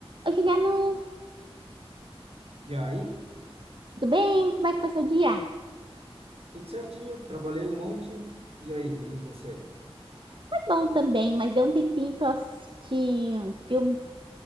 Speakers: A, on the right; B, on the right.
A: Oi, Juliano,
B: E aí,
A: tudo bem? Como é que foi seu dia?
B: tudo certinho, trabalhei um monte. E aí, e você?
A: Foi bom também, mas deu um tempinho para assistir um filme.